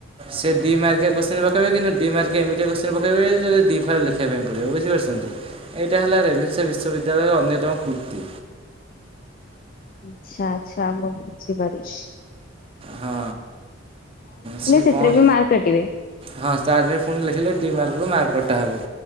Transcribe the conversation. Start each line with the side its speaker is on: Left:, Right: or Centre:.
Right: ସେ ଦି ମାର୍କକିୟା କୋଶ୍ଚିନ୍ ପକେଇବେ କିନ୍ତୁ ଦି ମାର୍କକିୟା ଏମିତିଆ କୋଶ୍ଚିନ୍ ପକେଇବେ ଯେ ତତେ ଦି ଫାଳେ ଲେଖିବା ପାଇଁ ପଡିବ ବୁଝିପାରୁଛୁ। ଏଇଟା ହେଲା ରେଭେନ୍ସା ବିଶ୍ୱବିଦ୍ୟାଳୟର ଅନ୍ୟତମ କୃତ୍ତି।
Left: ଆଚ୍ଛା ଆଛା ମୁଁ ବୁଝି ପାରୁଛି।
Right: ହଁ। ସେ
Left: ସେଥିରେ
Right: କଣ
Left: ବି ମାର୍କ କାଟିବେ।
Right: ହଁ ତା ଦେହରେ ପୁଣି ଲେଖିଲେ ଦି ମାର୍କରୁୁ ମାର୍କ କଟା ହବ।